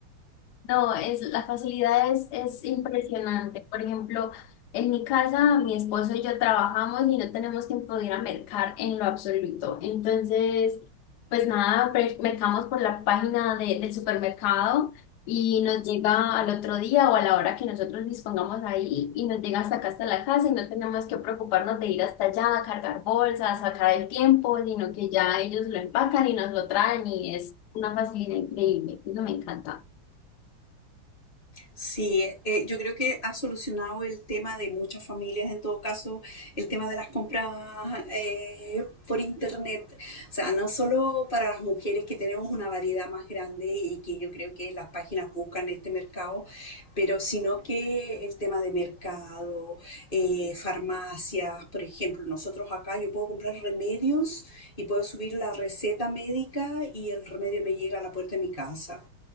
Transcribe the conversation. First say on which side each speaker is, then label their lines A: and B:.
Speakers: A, on the left; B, on the left.
A: No, es, la facilidad es, es impresionante. Por ejemplo, en mi casa, mi esposo y yo trabajamos y no tenemos tiempo de ir a mercar en lo absoluto. Entonces, pues nada, pre- mercamos por la página de- del supermercado y nos llega al otro día o a la hora que nosotros dispongamos ahí y nos llega hasta acá, hasta la casa y no tenemos que preocuparnos de ir hasta allá, cargar bolsas, sacar el tiempo, sino que ya ellos lo empacan y nos lo traen y es una facilidad increíble. Eso me encanta.
B: Sí, eh, yo creo que ha solucionado el tema de muchas familias, en todo caso, el tema de las compras eh, por internet. O sea, no solo para las mujeres que tenemos una variedad más grande y que yo creo que las páginas buscan este mercado, pero sino que el tema de mercado, eh, farmacias, por ejemplo, nosotros acá yo puedo comprar remedios y puedo subir la receta médica y el remedio me llega a la puerta de mi casa.